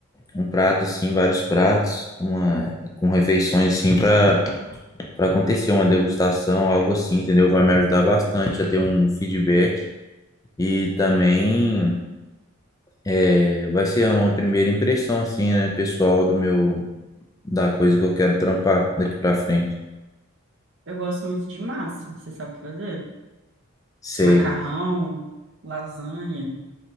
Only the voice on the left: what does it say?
um prato assim, vários pratos, uma com refeições assim para para acontecer uma degustação, algo assim, entendeu? Vai me ajudar bastante a ter um feedback e também é, vai ser uma primeira impressão assim, né, pessoal do meu da coisa que eu quero trampar daqui para frente.
Sei,